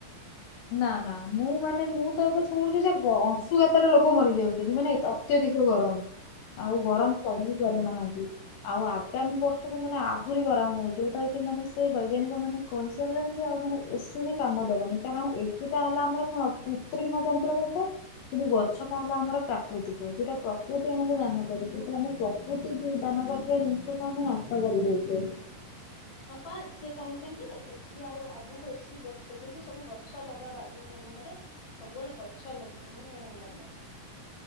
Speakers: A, on the left (about 80°); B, on the left (about 55°).
A: ନା ନା ମୁଁ ମାନେ ମୁଁ ତ ଏବେ ଶୁଣୁଛି ସେ ଗ ଅଂଶୁଘାତରେ ଲୋକ ମରିଯାଉଛନ୍ତି ମାନେ ଏତ୍ ଅତ୍ୟଧିକ ଗରମ।
B: ହୁଁ
A: ଆଉ ଗରମ ସହି ପାରୁନାହାନ୍ତି। ଆଉ ଆଗାମୀ ବର୍ଷେରେ ମାନେ ଆହୁରି ଗରମ ହବ ଯୋଉତା କି ମାନେ ସେ ବୈଜ୍ଞାନିକମାନେ କହି ସାରଲେଣି ଯେ ଆଉ ମାନେ ଏ ସି ବି କାମ ଦବନି। କାରଣ ଏଠି ତ ହେଲା ଆମର କଣ କୃତ୍ରିମ ଯନ୍ତ୍ର ଗଟେ କିନ୍ତୁ
B: ହୁଁ।
A: ଗଛ ଟା ହେଲା ଆମର ପ୍ରାକୃତିକ ଯୋଉଟା ପ୍ରକୃତି ଆମକୁ ଦାନ କରୁଛି ତ ଆମ ପ୍ରକୃତି ଦାନ କରିୁଥିବା ଜିନିଷ ମେ ନାସ୍ଟ କରିଦୋଉଛୁ।
B: ହଁ ପା ସେ କୋହୁଚନ୍ତି। ଏସିି ଆଉ ଆଗକୁ ଏସି ଖୋଲିକି ସବୁ ଗଛ ଲଗବାରି ମାନଙ୍କରେ। ସବୁଆଡେ ଗଛ ଲଗ ମାନେ ଲଗା